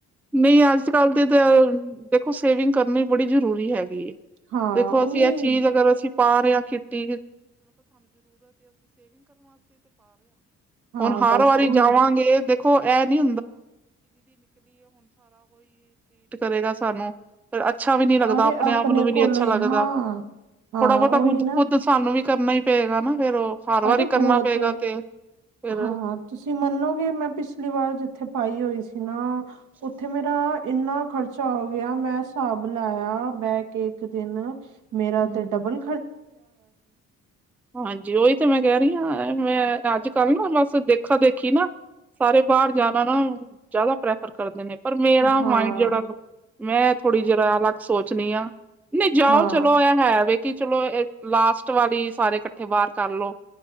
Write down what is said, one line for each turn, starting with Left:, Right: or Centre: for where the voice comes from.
Centre: ਨਹੀਂ ਅੱਜ ਕੱਲ ਦੀ ਤਾਂ ਦੇਖੋ ਸੇਵਿੰਗ ਕਰਨੀ ਬੜੀ ਜ਼ਰੂਰੀ ਹੈਗੀ।
Right: ਹਾਂ
Centre: ਦੇਖੋ
Right: ਉਹੀ
Centre: ਅਸੀਂ ਇਹ ਚੀਜ਼ ਅਗਰ ਅਸੀਂ ਪਾ ਰਹੇ ਹਾਂ ਖੇਤੀ
Right: ਹਾਂ
Centre: ਹੁਣ ਹਰ
Right: ਬਸ
Centre: ਵਾਰੀ
Right: ਉਹੀ
Centre: ਜਾਵਾਂਗੇ ਦੇਖੋ ਇਹ ਨੀ ਹੁੰ ਅੱਛਾ ਵੀ ਨੀ ਲੱਗਦਾ
Right: ਅਰੇ
Centre: ਆਪਣੇ ਆਪ ਨੂੰ ਵੀ
Right: ਕੋਲੋਂ
Centre: ਨੀ ਅੱਛਾ
Right: ਹੀ
Centre: ਲੱਗਦਾ
Right: ਹਾਂ ਹਾਂ
Centre: ਥੋੜਾ ਬਹੁਤਾ
Right: ਉਹੀ
Centre: ਕੁੱਝ
Right: ਨਾ
Centre: ਖੁੱਦ ਸਾਨੂੰ ਵੀ ਕਰਨਾ ਹੀ ਪਏਗਾ ਨਾ ਫੇਰ ਉਹ ਹਰ
Right: ਅਰੇ
Centre: ਵਾਰੀ ਕਰਨਾ
Right: ਬਹੁਤ
Centre: ਪਏਗਾ ਤੇ ਫੇਰ
Right: ਹਾਂ ਤੁਸੀਂ ਮੰਨੋਗੇ ਮੈਂ ਪਿ ਪਰਿਵਾਰ ਜਿੱਥੇ ਪਾਈ ਹੋਈ ਸੀ ਨਾ ਉੱਥੇ ਮੇਰਾ ਇੰਨਾ ਖ਼ਰਚਾ ਹੋ ਗਿਆ ਮੈਂ ਹਿਸਾਬ ਲਾਇਆ ਬਹਿ ਕੇ ਇੱਕ ਦਿਨ ਮੇਰਾ
Centre: ਹਮ
Right: ਤੇ ਡਬਲ
Centre: ਹਾਂਜੀ ਓਹੀ ਤੇ ਮੈਂ ਕਹਿ ਰਹੀ ਹਾਂ ਮੈਂ ਅੱਜ ਕੱਲ੍ਹ ਨਾ ਬਸ ਦੇਖਾ ਦੇਖੀ ਨਾ ਸਾਰੇ ਬਾਹਰ ਜਾਣਾ ਨਾ ਜ਼ਿਆਦਾ ਪ੍ਰੈਫਰ ਕਰਦੇ ਨੇ ਪਰ ਮੇਰਾ
Right: ਹਾਂ
Centre: ਮਾਇੰਡ ਜਿਹੜਾ ਮੈਂ ਥੋੜ੍ਹੀ ਜੀ ਅਲੱਗ ਸੋਚਣੀ ਆ ਨਹੀਂ ਜਾਓ
Right: ਹਾਂ
Centre: ਚਲੋ ਇਹ ਹੈ ਵੀ ਕਿ ਚਲੋ ਇਹ ਲਾਸਟ ਵਾਲੀ ਸਾਰੇ ਇਕੱਠੇ ਬਾਹਰ ਕਰਲੋ